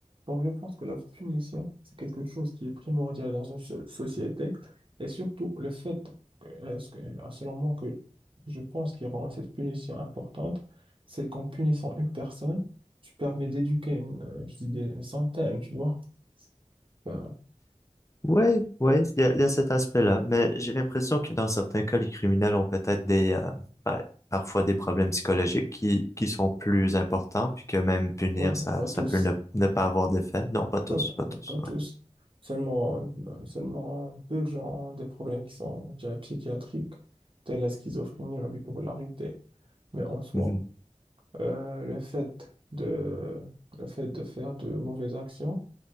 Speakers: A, on the right; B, on the left.
A: Donc, je pense que la punition, c'est quelque chose qui est primordial dans une so- société. Et surtout, le fait, euh, ce que- euh, selon moi, que je pense qui rend cette punition importante, c'est qu'en punissant une personne, tu permets d'éduquer une, euh, je dis des- une centaine, tu vois. Enfin,
B: Ouais, ouais, il y a, y a cet aspect-là. Mais j'ai l'impression que dans certains cas, les criminels ont peut-être des, euh, bah, parfois des problèmes psychologiques qui, qui sont plus importants, puis que même punir,
A: ouais, mais
B: ça,
A: pas tous.
B: ça peut ne, ne pas avoir d'effet. Non, pas tous,
A: Ouais, mais
B: pas tous,
A: mais pas tous.
B: ouais.
A: Seulement, euh, seulement peu de gens ont des problèmes qui sont, je dirais, psychiatriques, tels la schizophrénie ou la bipolarité. Mais en soi,
B: Mhm,
A: Euh, le fait de, le fait de faire de mauvaises actions